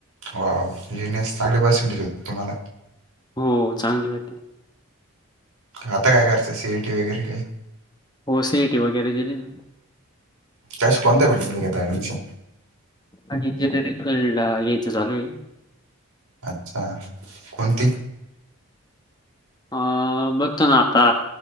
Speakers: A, on the right; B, on the left.
A: वाव जिनेस चांगले पर्सेंटेज होते तुम्हाला
B: हो चांगली होती
A: आता काय करायचंय सीईटी वगैरे काही
B: हो सिटी वगैरे दिली ना
A: कश कोणता भिड <unintelligible> घेत ऍडमिशन
B: आणि इंजिनियरिंग फीलल्ड ला या्यायचं चालू आहे
A: अच्छा कोणती
B: अं बघतो ना आता